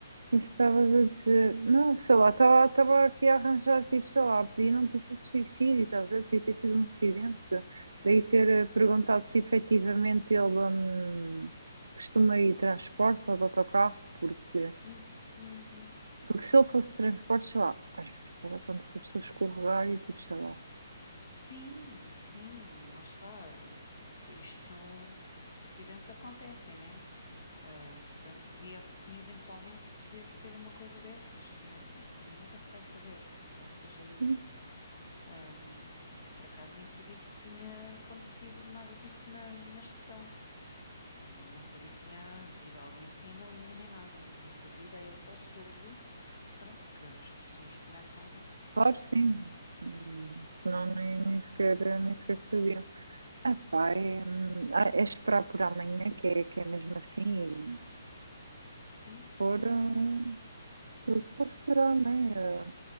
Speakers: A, on the right; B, on the left.
A: Isso estavas a dizer. Não, sei lá, estava estava aqui a arranjar, tipo, sei lá, podia não ter sido suicídio, estás a ver? Podia ter sido um acidente. Daí ter eh, perguntado se efetivamente ele hum, costuma ir de transportes ou de autocarro, porque,
B: Hum, uhum.
A: porque se ele fosse de transportes, sei lá, às vezes pode acontecer a pessoa escorregar e tipo, sei lá.
B: Sim, sim, lá está. Isto, acidentes acontecem, né? Ah, portanto, podia, eventualmente, podia ser uma coisa dessas, né? Nem- Também nunca se vai saber, verdade seja dita.
A: Sim,
B: Ahm, eu, por acaso, nem sabia que tinha acontecido nada disso na, na estação. Não, não sabia que tinha havido alguém a cair na linha nem nada. Não fazia ideia, só soube, pronto, que as pessoas comentaram.
A: claro, sim. Hum, Não, nem, nem sequer, nem sequer sabiam. Ah, pá, é, hum, ah, é esperar por amanhã, que é, que é mesmo assim, e
B: Sim, sim,
A: for. hum,
B: é.
A: O que for será, né? Eh,